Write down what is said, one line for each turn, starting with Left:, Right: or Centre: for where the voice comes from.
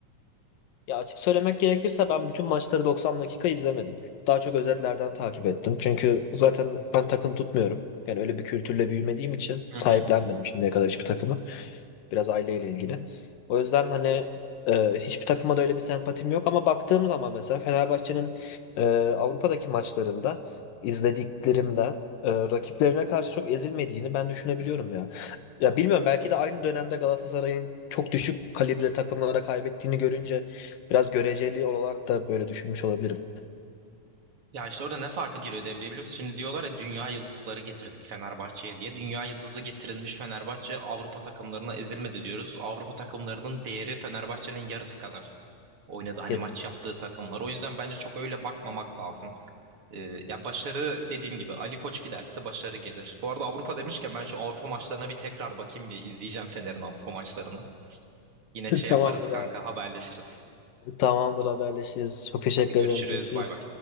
Left: Ya açık söylemek gerekirse ben bütün maçları 90 dakika izlemedim. Daha çok özetlerden takip ettim. Çünkü zaten ben takım tutmuyorum. Yani öyle bir kültürle büyümediğim için
Right: Hı
Left: sahiplenmedim
Right: hı.
Left: şimdiye kadar hiçbir takımı. Biraz aileyle ilgili. O yüzden hani e, hiçbir takıma da öyle bir sempatim yok ama baktığım zaman mesela Fenerbahçe'nin e, Avrupa'daki maçlarında izlediklerimde e, rakiplerine karşı çok ezilmediğini ben düşünebiliyorum ya. Ya bilmiyorum belki de aynı dönemde Galatasaray'ın çok düşük kalibre takımlara kaybettiğini görünce biraz göreceli olarak da böyle düşünmüş olabilirim.
Right: Ya işte orada ne farkı giriyor devreye biliyor musun? Şimdi diyorlar ya dünya yıldızları getirdik Fenerbahçe'ye diye. Dünya yıldızı getirilmiş Fenerbahçe Avrupa takımlarına ezilmedi diyoruz. Avrupa takımlarının değeri Fenerbahçe'nin yarısı kadar oynadı hani
Left: Kesin.
Right: maç yaptığı takımlar. O yüzden bence çok öyle bakmamak lazım. Ee, ya başarı dediğim gibi Ali Koç giderse başarı gelir. Bu arada Avrupa demişken ben şu Avrupa maçlarına bir tekrar bakayım bir izleyeceğim Fener'in Avrupa maçlarını. Yine şey yaparız
Left: Tamamdır
Right: kanka
Left: abi.
Right: haberleşiriz.
Left: Tamamdır haberleşiriz. Çok teşekkür
Right: Hadi görüşürüz
Left: ederim. Görüşürüz.
Right: bay bay.